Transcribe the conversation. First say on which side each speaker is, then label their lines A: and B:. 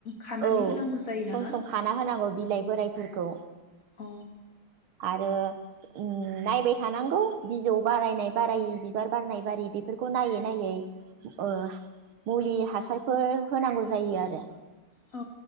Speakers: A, on the left (about 40°); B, on the right (about 75°).
A: खानानै
B: औ
A: होनांगौ जायो
B: सम
A: नामा?
B: सम खाना होनांगौ बिलाइ बोराइ फोरखौ
A: औ
B: आरो ओम नाय बाय थानांगौ बिजौ बारायनाय बारायै बिबार बारनाय बारै बेफोरखौ नायै नायै ओ मुलि हासारफोर होनांगौ जायो आरो
A: औ